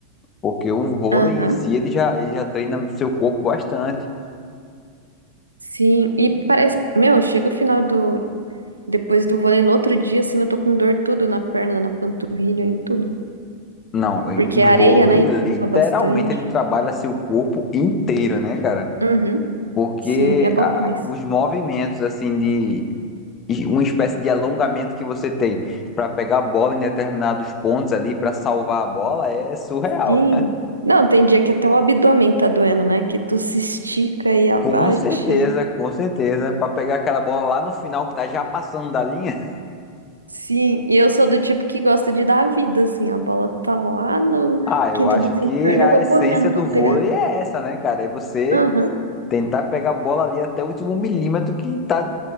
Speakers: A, on the left; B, on the right.
A: Porque o vôlei
B: Aham.
A: em si ele já ele já treina o seu corpo bastante.
B: Sim, e parece. Meu, chega o final do. Depois do vôlei, no outro dia, assim, eu tô com dor tudo na perna, na panturrilha, em tudo.
A: Não, e-
B: Porque
A: vôlei
B: é areia, né?
A: literalmente
B: E pula bastante.
A: ele trabalha seu corpo inteiro, né, cara?
B: Uhum.
A: Porque
B: Sim, é bom
A: ah,
B: demais.
A: os movimentos assim de e uma espécie de alongamento que você tem para pegar a bola em determinados pontos ali para salvar a bola é surreal.
B: Sim. Não, tem dia que até o abdômen tá doendo, né? Que tu se estica e abaixa
A: Com certeza, com certeza, para pegar aquela bola lá no final que tá já passando da linha. <laughs>
B: Sim, e eu sou do tipo que gosta de dar a vida, assim, a bola tá lá no
A: Ah, eu
B: quinto
A: acho
B: dos
A: que
B: infernos,
A: a
B: eu vou
A: essência
B: correndo
A: do
B: pra
A: vôlei
B: pegar.
A: é essa, né, cara? É você
B: Aham,
A: tentar pegar a bola ali até o último milímetro que tá